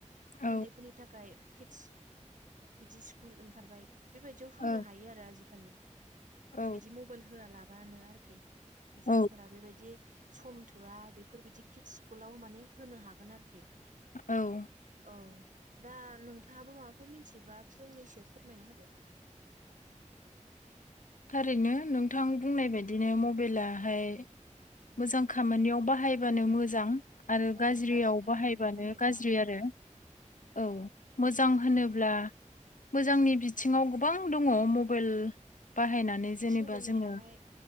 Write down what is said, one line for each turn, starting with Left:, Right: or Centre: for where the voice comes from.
Left: औ
Right: उन्दैफोरनि थाखाय कितस बिदि स्कुल ओंखारबाय। बेबायदियाव होनो
Left: औ
Right: हायो आरो आजिखालि
Left: औ
Right: बिदि मबाइल होआलाबानो आरोखि।
Left: औ
Right: जायफोरा बेबायदि सम थोआ बेफोरबायदि कित स्कुलाव माने होनो हागोन आरोखि।
Left: औ
Right: औ दा नोंथाङाबो माबाफोर मिथियोबा फंनैसो फोरमायना होदो।
Left: थारैनो नोंथां बुंनाय बायदिनो मबाइलाहाय
Right: औ
Left: मोजां खामानियाव बाहायबानो मोजां आरो
Right: औ
Left: गाज्रियाव
Right: गाज्रि खामानियाव
Left: बाहायबानो
Right: बाहायबा
Left: गाज्रि आरो औ मोजां होनोब्ला मोजांनि बिथिङाव गोबां दङ मबाइल बाहायनानै जेनेबा
Right: सोलोंनो
Left: जोङो
Right: हानाय